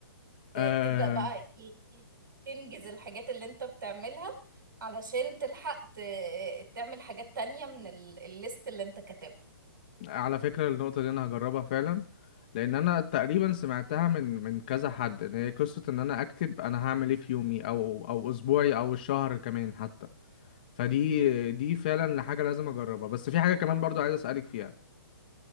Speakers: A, on the right; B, on the left.
A: ت-
B: آه
A: تبدأ بقى ايه تنجز الحاجات اللي انت بتعملها علشان تلحق ت- تعمل حاجات تانية من ال- الليست اللي انت كاتبها
B: على فكرة النقطة دي انا هجربها فعلا لان انا تقريبا سمعتها من من كذا حد ان هي قصة ان انا اكتب انا هعمل ايه في يومي او او اسبوعي او الشهر كمان حتى فدي دي فعلا حاجة لازم اجربها بس في حاجة كمان برضو عايز اسألك فيها